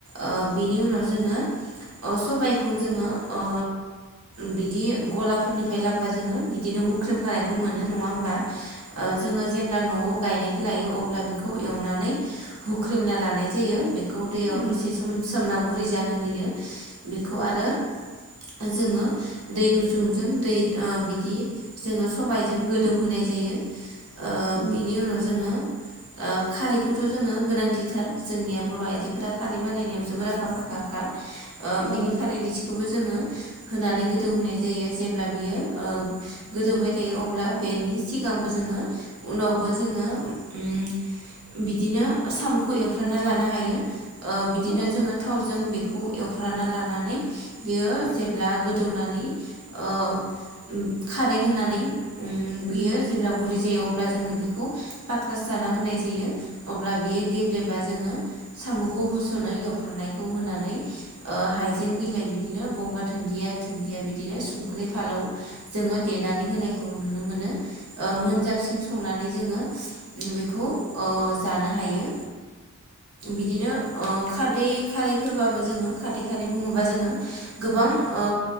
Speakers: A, on the right; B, on the left.
A: ओ बेनि उनाव जोंङो अ सबायखौ जोंङो अ बिदि गलाफोरनिफ्राय लाब्बा जोंङो बिदिनो हुख्रेम खानायखौ
B: उम
A: मोनो नंङा होमबा? ओ जोंङो जेब्ला न'आव गायनायखौ लायो अब्ला बेखौ एवनानै हुख्रेमना लानाय जायो बेखौ दैयाव
B: उम
A: दसे सम सोमना गुरै जानो होयो बेखौ आरो जोंङो दै गुजुंजों दै ओ बिदि जोंङो सबायजों गोदौ होनाय जायो ओ
B: उम
A: बेनि उनाव जोंङो ओ खारैखौथ' जोंङो गोनांथिथार जोंनिया बर' आइजोफोरा खारै बानायनायाव जोबोर आखा फाखा फाखा खा ओ
B: उम
A: बिनि खारै रोसिखौबो जोंङो होनानै गोदौहोनाय जायो जेब्ला बियो ओ गोदौबाय थायो अब्ला बेनि सिगांबो जों ङो उनावबो जोंङो उम बिदिनो साम'खौ एवफ्राना लानो हायो। ओ बिदिनो
B: उम
A: जोंङो थावजों बेखौ एव फ्राना लानानै बियो जेब्ला गोदौनानै ओ उम खारै होनानै अंम
B: उम
A: बियो जेब्ला गुरै जायो अब्ला जोंङो बेखौ फाक्रासाना होनाय जायो। अब्ला बियो गेब्लेबा जोंङो साम'खौ होस'नो एवफ्राननायखौ होनानै ओ हाइजें बिलाइ बिदिनो गंगार धोन न्दिया दुुनदिया बिदिनो संख्रि फालौ जोंङो देनानै होनायखौ नुनो मोनो। ओ मोनजाबसिम संनानै जोंङो बेखौ ओ जानो हायो बिदिनो अ खारादै खारैफोरबाबो जोंङो खदै खारै बुंङोबा जोंङो गोबां ओ